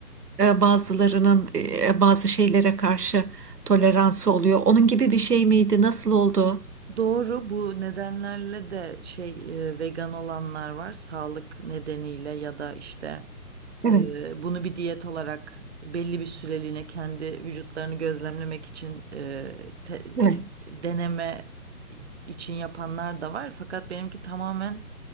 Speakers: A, on the right (about 85°); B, on the right (about 45°).
A: e, e, bazılarının e, e, bazı şeylere karşı toleransı oluyor. Onun gibi bir şey miydi? Nasıl oldu?
B: Doğru bu nedenlerle de şey e, vegan olanlar var sağlık nedeniyle ya da işte
A: Evet,
B: Eee, bunu bir diyet olarak belli bir süreliğine kendi vücutlarını gözlemlemek için eee, te-
A: evet,
B: deneme için yapanlar da var. Fakat benimki tamamen